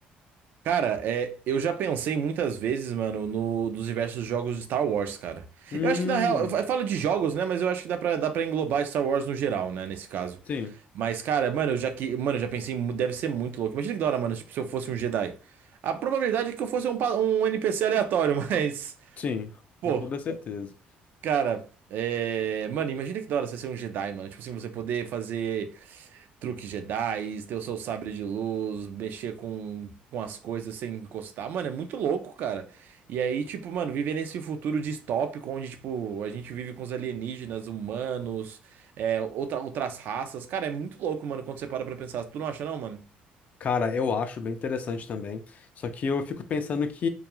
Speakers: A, on the right (about 60°); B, on the left (about 45°).
A: Cara, é, eu já pensei muitas vezes, mano, no, dos diversos jogos de Star Wars, cara.
B: Hum,
A: Eu acho que na real, eu fa- eu falo de jogos, né? Mas eu acho que dá pra, dá pra englobar Star Wars no geral, né? Nesse caso.
B: sim.
A: Mas, cara, mano, eu já que, mano, eu já pensei, mu- deve ser muito louco. Imagina que da hora, mano, tipo, se eu fosse um Jedi. A probabilidade é que eu fosse um, pa- um NPC aleatório, <laughs> mas,
B: Sim,
A: pô,
B: com toda certeza.
A: cara, é, mano, imagina que da hora você ser um Jedi, mano. Tipo assim, você poder fazer truque Jedi, ter o seu sabre de luz, mexer com, com as coisas sem encostar, mano, é muito louco, cara. E aí, tipo, mano, viver nesse futuro distópico onde, tipo, a gente vive com os alienígenas, humanos, é, outra- outras raças, cara, é muito louco, mano, quando você para pra pensar. Tu não acha, não, mano?
B: Cara, eu acho bem interessante também. Só que eu fico pensando que